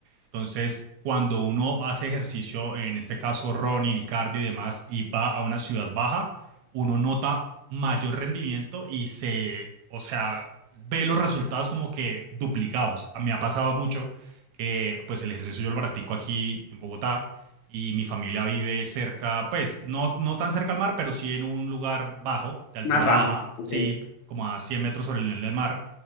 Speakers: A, on the right (about 75°); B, on the left (about 85°).
A: Entonces, cuando uno hace ejercicio, en este caso running y cardio y demás, y va a una ciudad baja, uno nota mayor rendimiento y se, o sea, ve los resultados como que duplicados. A mí me ha pasado mucho que pues el ejercicio yo lo practico aquí en Bogotá y mi familia vive cerca, pues no, no tan cerca al mar, pero sí en un lugar bajo, de altura
B: Más bajo.
A: baja,
B: Ok.
A: sí, como a 100 metros sobre el nivel del mar.